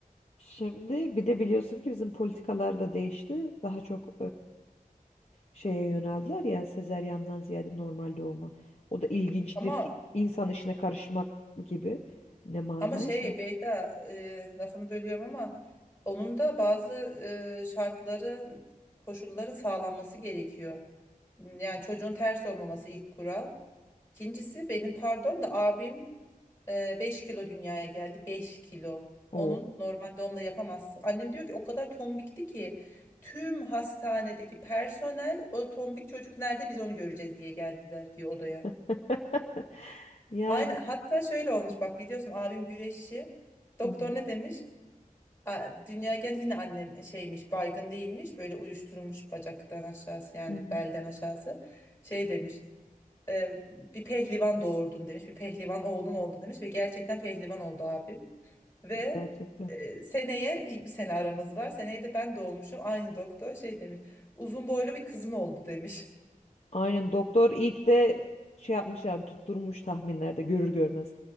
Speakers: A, on the left; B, on the left.
A: Şimdi bir de biliyorsun ki bizim politikalar da değişti. Daha çok şeye yöneldiler ya sezeryandan ziyade normal doğuma. O da ilginçtir
B: Ama
A: ki insan işine karışmak gibi ne manaysa.
B: Ama şey Beyda e, lafını bölüyorum ama onun da bazı e, şartları koşulların sağlanması gerekiyor. Yani çocuğun ters olmaması ilk kural. İkincisi benim pardon da abim e, 5 kilo dünyaya geldi. beş kilo.
A: Oo.
B: Onun normal doğumla yapamazsın. Annem diyor ki o kadar tombikti ki tüm hastanedeki personel o tombik çocuk nerede biz onu göreceğiz diye geldiler diyor odaya.
A: <laughs> Yani
B: Aynen hatta şöyle olmuş bak biliyorsun abim güreşçi. Doktor
A: hı hı,
B: ne demiş? A- Dünyaya gelen yine annem e, şeymiş baygın değilmiş böyle uyuşturulmuş bacaktan aşağısı yani
A: hı hı,
B: belden aşağısı şey demiş e, bir pehlivan doğurdun demiş bir pehlivan oğlun oldu demiş ve gerçekten pehlivan oldu abim ve
A: gerçekten.
B: e, seneye bir, bir sene aramız var seneye de ben doğmuşum aynı doktor şey demiş uzun boylu bir kızın oldu demiş.
A: Aynen doktor ilk de şey yapmış yani tutturmuş tahminlerde görür görmez.